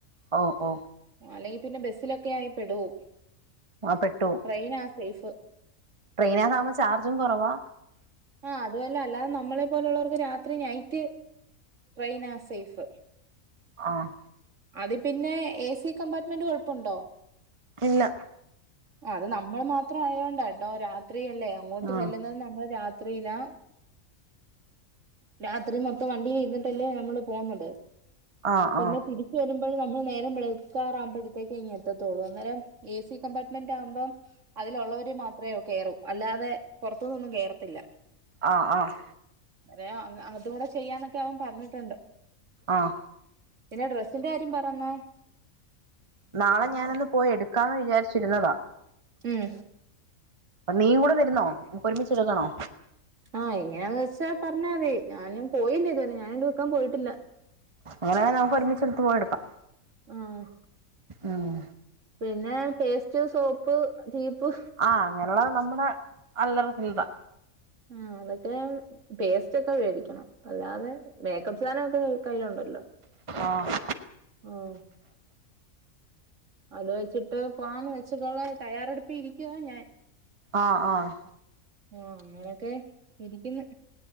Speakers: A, on the right; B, on the right.
A: ഓഹ് ഓഹ്
B: അല്ലെങ്കി പിന്നെ ബസ്സിലൊക്കെ ആയി പെടും
A: ആഹ് പെട്ടു
B: ട്രെയിനാ സൈഫ്
A: ട്രെയിനക്കാവുമ്പോ ചാർജും കൊറവാ
B: ആഹ് അതുവല്ല അല്ലാതെ നമ്മളെ പോലെയുള്ളവർക്ക് രാത്രി നൈറ്റ് ട്രെയിനാ സൈഫ്
A: ആഹ്
B: അത് പിന്നെ എ സി കമ്പാർട്ട്മെന്റ് കൊഴപ്പുണ്ടോ
A: ഇല്ല
B: അത് നമ്മൾ മാത്രം ആയോണ്ടാട്ടോ രാത്രിയല്ലേ അങ്ങോട്ട്
A: ആഹ്
B: ചെല്ലുന്നത് നമ്മൾ രാ ത്രിലാ രാത്രി മൊത്തം വണ്ടീൽ ഇര്ന്നിട്ടല്ലേ നമ്മള് പോകുന്നത്
A: ആഹ്
B: പിന്നെ
A: ആഹ്
B: തിരി ച്ച് വരുമ്പോള് നമ്മൾ നേരം വെളുക്കാറാവുമ്പഴ്ത്തേക്ക് ഇനി എത്തതൊള്ളൂ അന്നെരം എ സി കമ്പാർട്ട്മെന്റ് ആകുമ്പം അതിലുള്ളവര് മാത്രേ കയറൂ അല്ലാതെ പുറത്തുനിന്നും കേറത്തില്ല
A: ആഹ് ആഹ്
B: അവനെയോ അങ്ങ് അതും കൂടെ ചെയ്യാന്നൊക്കെ അവൻ പറഞ്ഞ്ട്ട്ണ്ട്
A: ആഹ്
B: പിന്നെ ഡ്രസ്സിന്റെ കാര്യം പറയു അമ്മാ
A: നാളെ ഞാനൊന്ന് പോയി എടുക്കാന്ന് വിജാരിച്ചിരുന്നതാ
B: ഉം
A: നീ കൂടെ വരുന്നോ നമുക്ക് ഒരുമിച്ച് ഇട്ക്കണോ
B: ആഹ് എങ്ങനാന്ന് വെച്ചാ പറഞ്ഞാ മതി ഞാനും പോയില്ല ഇതുവരെ ഞാൻ ഇത് വിക്കാൻ പോയിട്ടില്ല
A: അങ്ങനെണങ്കി നമുക്ക് ഒരുമിച്ചെടുത്ത് പോയി ഇട്ക്കാം
B: ആഹ്
A: ഉം
B: പിന്നെ പേസ്റ്റ് സോപ്പ് ചീപ്പ്
A: ആഹ് അങ്ങനെയുള്ള നമ്മുടെ അല്ലറചില്ലറ
B: ഉം എന്നിട്ട് പേസ്റ്റൊക്കെ വേടിക്കണം അല്ലാതെ മേക്കപ്പ് സാധനം ഒക്കെ കയ്യിലുണ്ടല്ലോ
A: ആഹ്
B: ഓഹ് അത് വെച്ചിട്ട് പോവാന്ന് വെച്ചിട്ടുള്ള തയ്യാറെടുപ്പിൽ ഇരിക്കുവാ ഞാൻ
A: ആന് ആഹ്
B: ഞ്ഞോ അങ്ങനെക്കെ ഇരിക്ക്ന്ന്